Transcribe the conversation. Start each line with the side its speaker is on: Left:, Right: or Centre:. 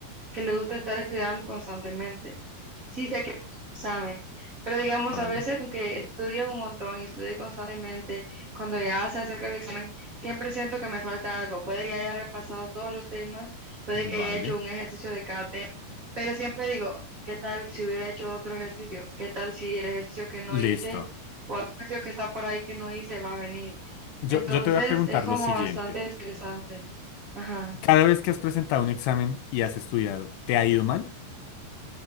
Right: que le gusta estar estudiando constantemente. Sí sé que voy al examen, pero digamos,
Left: Vale.
Right: a veces, aunque estudio un montón y estudio constantemente, cuando ya se acerca el examen, siempre siento que me falta algo. Puede que haya repasado todos los temas, puede
Left: Vale.
Right: que haya hecho un ejercicio de cada tema, pero siempre digo, ¿qué tal si hubiera hecho otro ejercicio? ¿Qué tal si el ejercicio que no hice
Left: Listo.
Right: o algún ejercicio que está por ahí que no hice va a venir?
Left: Yo,
Right: Entonces,
Left: yo te voy a preguntar
Right: es como
Left: lo siguiente.
Right: bastante estresante. Ajá.
Left: Cada vez que has presentado un examen y has estudiado, ¿te ha ido mal